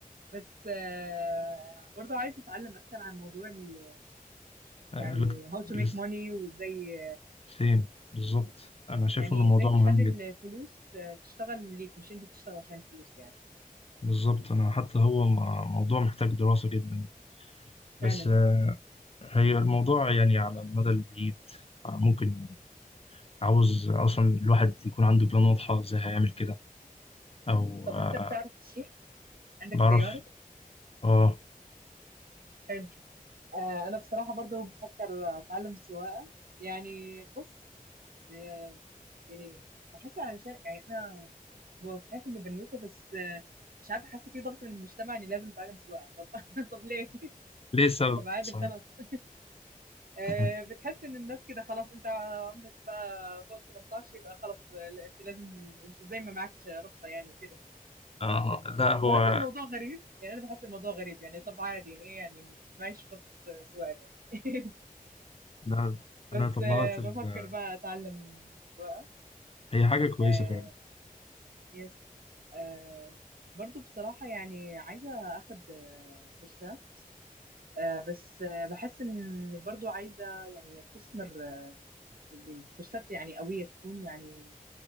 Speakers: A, on the right (about 75°); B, on the left (about 40°).
A: بس آه، برضو عايزه اتعلم اكتر عن موضوع ال-
B: الك-
A: يعني how to
B: الاس-
A: make money وازاي
B: سيم بالظبط انا شايف
A: يعني
B: ان الموضوع
A: ازاي تخلي
B: مهم جدا
A: الفلوس آه، تشتغل ليك مش انت بتشتغل عشان الفلوس يعني
B: بالظبط انا حتى هو م- موضوع محتاج دراسة جدا بس
A: فعلا
B: آه، هي الموضوع يعني على المدى البعيد آه، ممكن عاوز اصلا الواحد يكون عنده بلان واضحة ازاي هيعمل كده او
A: طب
B: آه،
A: انت بتعرف تسوق عندك
B: بعرف
A: سياره
B: اه
A: حلو آه، انا بصراحه برضو بفكر اتعلم سواقه يعني بص هي- يعني بحس علشان يعني انا هو صحيح اني بنوته بس آه، مش عارفه حاسه في ضغط من المجتمع اني لازم اتعلم سواقه طب <laughs> طب ليه؟
B: ليه السبب
A: طب عادي
B: صحيح
A: خلاص آه،
B: <laughs>
A: بتحس ان الناس كده خلاص انت عمرك بقى فوق 18 يبقى خلاص آه، لا، انت لازم انت زي ما معكش رخصه يعني وكده
B: آه لا هو
A: بحس الموضوع غريب يعني انا بحس الموضوع غريب يعني طب عادي يعني ايه يعني معيش رخصه سواقه يعني <laughs>
B: لا
A: بس
B: أنا طلعت
A: آه،
B: ال...
A: بفكر بقى اتعلم سواقه
B: هي حاجة كويسة
A: آه،
B: فعلا
A: يس آه برضو بصراحة يعني عايزة أخد آه، كورسات آه بس آه بحس إن برضو عايزة يعني أستثمر آه، كورسات يعني قوية تكون يعني